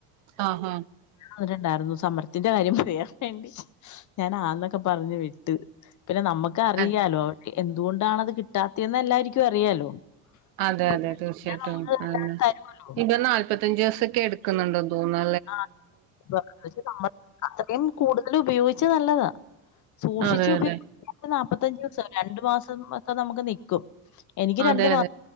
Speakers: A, on the right; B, on the left.
A: ആഹ്‌ ആഹ്‌
B: അവരൊണ്ടായിരുന്നു സമരത്തിന്റെ കാര്യം പറയാ വേണ്ടി ഞാൻ ആവുന്നൊക്കെ പറഞ്ഞ് വിട്ട് പിന്നെ നമ്മുക്ക് അറിയാലോ
A: അതെ
B: എ എന്തുകൊണ്ടാണത് കിട്ടാത്തയെന്ന് എല്ലാരിക്കും അറിയാലോ
A: അതെ
B: പിന്നെ
A: അതെ തീർച്ചയായിട്ടും
B: പിന്നെ നമ്മള് എല്ലാരും
A: ആന്ന
B: തരുവല്ലോ
A: ഇപ്പ നാല്പത്തഞ്ചു ദിവസൊക്കെ എടുക്കുന്നുണ്ടോ തോന്ന
B: ആഹ് <unintelligible> നമ്മൾ അത്രയും കൂടുതൽ ഉപയോഗിച്ചാ നല്ലതാ സൂക്ഷിച്ചു
A: അതെ
B: ഉപ
A: അതെ
B: ഇപ്പൊ നാല്പ്ത്തഞ്ചു ദിവസ രണ്ടു മാസം ഒക്കെ നമുക്ക് നിക്കും എനിക്ക്
A: അതെ
B: രണ്ടു മാ